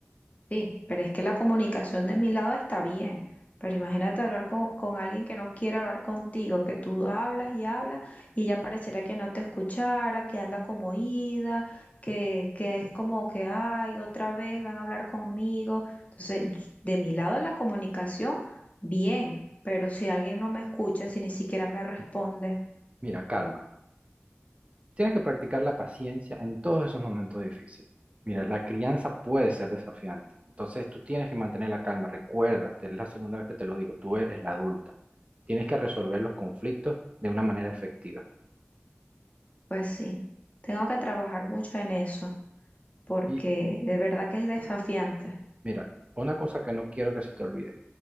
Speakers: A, on the left; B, on the right.
A: Sí, pero es que la comunicación de mi lado está bien. Pero imagínate hablar con, con alguien que no quiere hablar contigo, que tú hablas y hablas y ella pareciera que no te escuchara, que anda como ida, que, que es como que, ay, otra vez van a hablar conmigo. Entonces, y- de mi lado la comunicación, bien, pero si alguien no me escucha, si ni siquiera me responde,
B: Mira, calma. Tienes que practicar la paciencia en todos esos momentos difíciles. Mira, la crianza puede ser desafiante. Entonces tú tienes que mantener la calma. Recuerda, es la segunda vez que te lo digo, tú eres la adulta. Tienes que resolver los conflictos de una manera efectiva.
A: pues sí, tengo que trabajar mucho en eso. porque
B: Y
A: de verdad que es desafiante.
B: mira, una cosa que no quiero que se te olvide.